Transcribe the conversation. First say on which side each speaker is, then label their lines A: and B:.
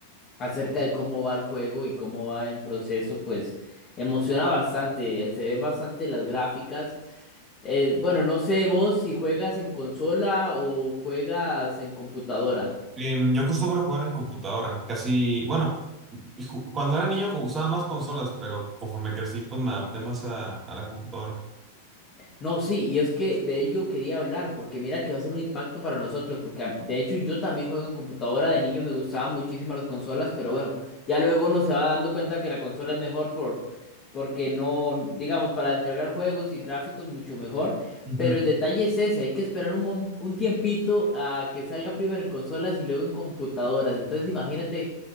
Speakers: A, on the left (about 30°); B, on the right (about 20°).
A: acerca de cómo va el juego y cómo va en proceso, pues emociona bastante, eh, se ven bastante las gráficas. Eh, bueno, no sé vos si juegas en consola o juegas en computadora.
B: Em, yo acostumbro jugar en computadora, casi, bueno, y ju- cuando era niño ju- usaba más consolas, pero conforme crecí, pues me adapté más a, a la computadora.
A: No, sí, y es que de ello quería hablar, porque mira que va a ser un impacto para nosotros, porque a- de hecho yo también juego en computadora, de niño me gustaban muchísimo las consolas, pero bueno, ya luego uno se va dando cuenta que la consola es mejor por, porque no, digamos, para descargar juegos y gráficos mucho mejor,
B: Ujú.
A: pero el detalle es ese, hay que esperar un, mom- un tiempito a que salga primero en consolas y luego en computadoras, entonces imagínate.